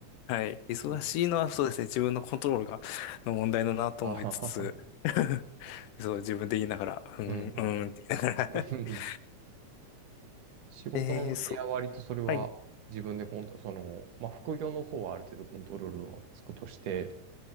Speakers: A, on the left; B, on the right.
A: はい。忙しいのはそうですね。
B: うん。
A: 自分のコントロールが、の問題だなと思いつつ、
B: あははは。
A: <laughs> そう、自分で言いながら、うん、
B: うんうん
A: うんって言いながら
B: うん。<laughs>
A: <laughs>。
B: 仕事の合は割とそれは自分でコント、
A: えー、そう。はい。
B: その、まあ副業の方はある程度コントロールはつくとして、